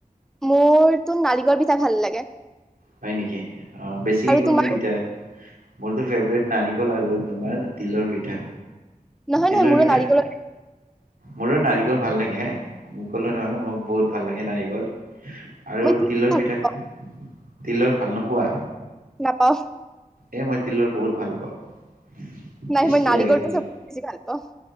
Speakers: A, in the centre; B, on the right (about 85°).
A: মোৰ তো নাৰিকল পিঠাই ভাল লাগে।
B: হয় নেকি অ বেছিকে
A: আৰু
B: কোনটো
A: তোমাৰ
B: পিতৈয়। মোৰতো ফেভাৰেট নাৰিকল আৰু তোমাৰ তিলৰ পিঠা।
A: নহয়
B: তিলৰ
A: নহয় মোৰ
B: পিঠা
A: নাৰিকল।
B: মোৰো নাৰিকল ভাল লাগে। মৈই কলো নহয় মোক বহুত ভাল লাগে নাৰিকল আৰু
A: মই কি
B: তিলৰ
A: ভাল
B: পিঠা।
A: পাওঁ
B: তিলৰ ভাল নোপোৱা।
A: নাপাওঁ।
B: এ, মই তিলৰ বহুত ভাল পাওঁ।
A: নাই
B: টেষ্টি
A: মই নাৰিকলটো
B: লাগে তিলৰ
A: ছবছে বেছি ভাল পাও ।